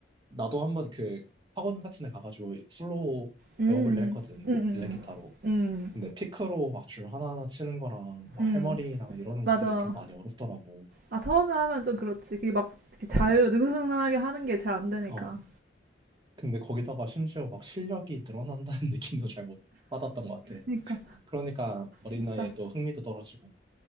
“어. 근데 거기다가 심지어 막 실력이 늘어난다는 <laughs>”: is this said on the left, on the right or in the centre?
Right